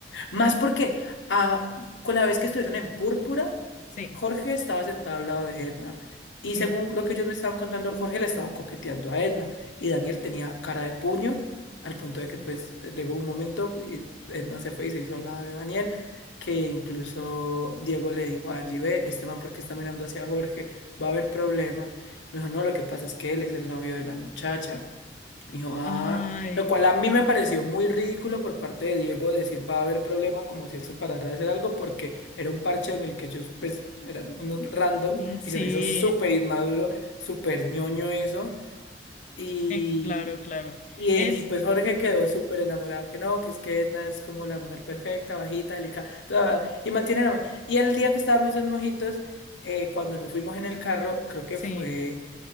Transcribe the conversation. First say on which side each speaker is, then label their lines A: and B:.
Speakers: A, on the left (about 80°); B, on the left (about 40°).
A: Más porque ah, con la vez que estuvieron en Púrpura,
B: Sí,
A: Jorge estaba sentado al lado de Edna. Y
B: sí,
A: según lo que ellos me estaban contando, Jorge le estaba coqueteando a Edna. Y Daniel tenía cara de puño, al punto
B: sí.
A: de que pues llegó un momento y Edna se fue y se hizo al lado de Daniel, que incluso Diego le dijo a Angie, ve, este man, ¿por qué está mirando hacia Jorge? Va a haber problema. Y me dijo, no, lo que pasa es que él es el novio de la muchacha. Dijo, ah,
B: Ay,
A: lo cual a mí me pareció muy ridículo por parte de Diego decir va a haber problema como si él se parara de hacer algo porque era un parche en el que ellos pues eran unos randoms
B: mm, sí,
A: y se me hizo súper inmaduro, súper ñoño eso y,
B: eh, claro, claro.
A: y, eh,
B: Es,
A: y pues Jorge quedó súper enamorado que no, que es que Edna es como la mujer perfecta, bajita, delicada, bla, bla, bla, y mantiene la Y el día que estábamos en Mojitos, eh, cuando nos fuimos en el carro, creo que
B: sí.
A: fue...